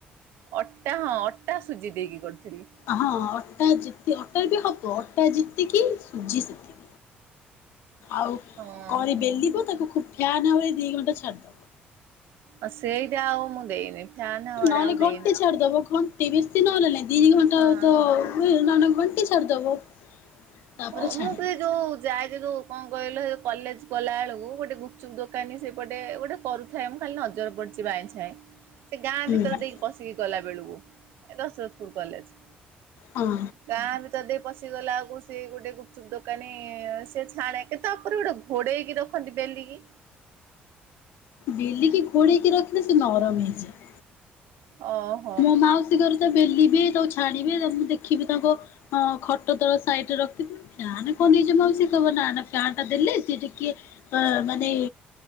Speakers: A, on the right (about 75°); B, on the left (about 80°).
A: ଅଟା ହଁ ଅଟା ସୁଜି ଦେଇକି କରିଥିଲି।
B: ହଁ ଅଟା ଯେତେ ଅଟାର୍ ବି ହବ। ଅଟା ଯେତିକି ସୁଜି ସେତିକି। ଆଉ
A: ହଁ
B: କରି
A: ହଁ।
B: ବେଲିବ ତାକୁ ଖୁବ ଫ୍ୟାନ ହାୱାରେ ଦି ଘଣ୍ଟା ଛାଡିଦବ।
A: ଅଁ ସେଇଟା ଆଉ ମୁଁ ଦେଇନି। ଫ୍ୟାନ୍ ହାୱାରେ
B: ନହେଲେ
A: ଆଉ
B: ଘଣ୍ଟେ
A: ଦେଇନି
B: ଛାଡିଦବ ଘଣ୍ଟେ ବେଶୀ ନହଲେ ନାଇ ଦି ଘଣ୍ଟା
A: ହଁ
B: ତ
A: ହଁ।
B: ହୁଏ। ନହେନେ ଘଣ୍ଟେ ଛାଡିଦବ। ତାପରେ
A: ହଁ ମୁଁ
B: ଛାଣିବ
A: ତଇ ଯୋଉ ଯାଏ ସେ ଯୋଉ କଣ କହିଲ କଲେଜ୍ ଗଲା ବେଳକୁ ଗୋଟେ ଗୁପ୍ ଚୁପ୍ ଦୋକାନୀ ସେପଟେ ଗୋଟେ କରୁଥାଏ ମୁଁ ଖାଲି ନଜର ପଡିଛି ବାଇଁ ଛାଏଁ ସେ ଗାଁ
B: ହୁଁ
A: ଭିତରେ ଦେଇ ପସିକି କଲା ବେଳକୁ ଏ ଦଶରଥପୁର କଲେଜ।
B: ହଁ।
A: ଗାଁ ଭିତର ଦେଇକି ପଶିଗଲା ଆଉକୁ ସେ ଗୋଟେ ଗୁପଚୁପ୍ ଦୋକାନୀ ସେ ଛାଣେ କେ ତାପରେ ଗୋଟେ ଘୋଡେଇକି ରଖନ୍ତି ବେଲିକି?
B: ବେଲିକି ଘୋଡେଇକି ରଖିଲେ ସେ ନରମ ହେଇଯାଏ।
A: ଓଅ।
B: ମୋ ମାଉସୀ ଘରେ ଯେତେଳେ ବେଲିବେ ତାକୁ ଛାଣିବେ ତା ମୁଁ ଦେଖିବି ତାଙ୍କ ହଁ ଖଟ ତଳ ସାଇଡରେ ରଖିଥିବେ। ଫ୍ୟାନ କଣଁ ନିଜମାଉସୀ କବ ନା ନା ଫ୍ୟାନ୍ ଟା ଦେଲେ। ସିଏଯେ କିଏ ଅଁ ମାନେ